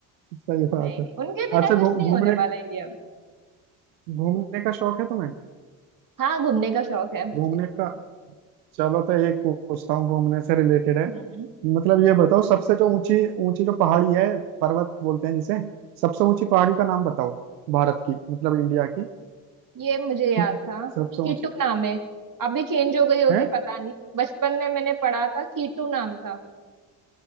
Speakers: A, on the right; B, on the right.
A: सही बात
B: नहीं नहीं
A: है
B: उनके बिना
A: अच्छा
B: कुछ
A: घू-
B: नहीं
A: घूमने
B: होने वाला इंडिया में
A: घूमने का शौक है तुम्हें
B: हाँ घूमने का शौक है मुझे
A: घूमने का चलो तो एक पूछता हूँ घूमने से रिलेटेड है
B: हम्म
A: मतलब ये बताओ सबसे जो ऊंची ऊंची जो पहाड़ी है पर्वत बोलते हैं जिसे सबसे ऊंची पहाड़ी का नाम बताओ भारत की मतलब इंडिया की
B: ये मुझे याद
A: <laughs>
B: था
A: सबसे
B: कीटू
A: ऊंची
B: नाम है अभी चेंज हो गई होगी
A: है
B: पता नहीं बचपन में मैंने पढ़ा था कीटू नाम था